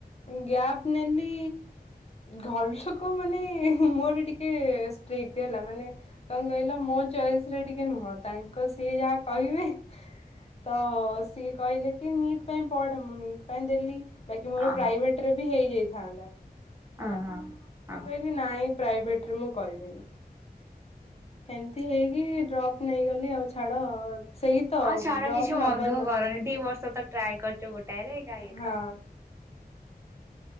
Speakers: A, on the left; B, on the right.
A: ଗ୍ୟାପ ନେଲି ଘରଲୋକ ମାନେ ମୋର ଟିକେ ଷ୍ଟ୍ରେଟ ହେଲା, ମାନେ କଣ କହିଲ ମୋ ଚଏସ ରେ ଟିକେ ନୁହଁ, ତାଙ୍କ ସିଏ ଯାହା କହିବେ ତ ସିଏ କହିଲେ କି ନିଟ୍ ପାଇଁ ପଢ, ମୁଁ ନିଟ୍ ପାଇଁ ଦେଲି ବାକି ମୋର
B: ଅହଁ
A: ପ୍ରାଇଭେଟ ରେ ବି ହେଇଯାଇଥାନ୍ତା, ହେଲା
B: ଅହଁ
A: ମୁଁ
B: ଅଁ।
A: କହି ନାଇଁ ପ୍ରାଇଭେଟ ରେ ମୁଁ କରିବିନି। ଏମିତି ହେଇକି ଡ୍ରପ୍ ନେଇଗଲି ଆଉ ଛାଡ। ସେଇ ତ
B: ହଁ ଛାଡ
A: ଡ୍ରପ୍
B: କିଛି ମନ
A: ନବାର
B: ଦୁଃଖ
A: ନଥିଲା।
B: କରନି ଦି ବର୍ଷ ତ ଟ୍ରାଏ କରିଛ ଗୋଟାଏରେ ଇଏ
A: ହଁ
B: କର।